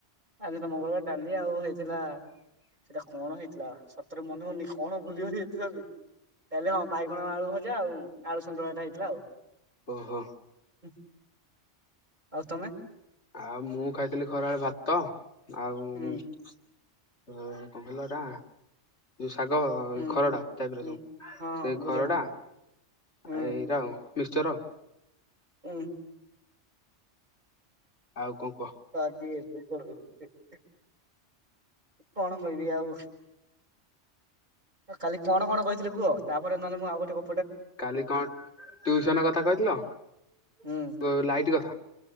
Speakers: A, on the right; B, on the left.
A: ଆଜି ତ ମଙ୍ଗଳବାର ଡାଲି ଆଉ ହେଇଥିଲା ସେଇଟା କଣ ହେଇଥିଲା ସତରେ ମନେ ହୋଉନି କଣ ଭୁଲିଗଲି ଏତେ ଜଲଦି। ତାହେଲେ ହଁ ବାଇଗଣ ଆଳୁ ଭଜା ଆଉ ଆଳୁ ସନ୍ତୁଳାଟା ହେଇଥିଲା ଆଉ
B: ଓହୋ
A: ଉଁହ୍। ଆଉ ତମେ?
B: ଆଉ ମୁଁ ଖାଇଥିଲି ଖରାବେଳେ ଭାତ ଆଉ ଓ
A: ହୁଁ
B: କଣ କହିଲ ଏଟା ଯୋଉ ଶାଗ
A: ହୁଁ
B: ଖରଡ଼ା ଟାଇପର
A: ହୁଁ
B: ଯୋଉ
A: ହଁ
B: ସେଇ
A: ହଁ ବୁଝିପାଇଲି।
B: ଖରଡ଼ା
A: ହୁଁ
B: ଏ ଏ ଏଇଟା ଆଉ। ମିକ୍ସଚର
A: ଉଁ।
B: ଆଉ। କଣ କୁହ?
A: ତ ଆଜି <unintelligible> କଣ କହିବି ଆଉ? କାଲି କଣ କଣ କହିଥିଲି କୁହ, ତାପରେ ନହେଲେ ମୁଁ ଆଉ ଗୋଟେ ଗ
B: କାଲି କଣ ଟ୍ୟୁସନ କଥା କହିଥିଲ,
A: ହୁଁ
B: ଉ ଲାଇଟ କଥା।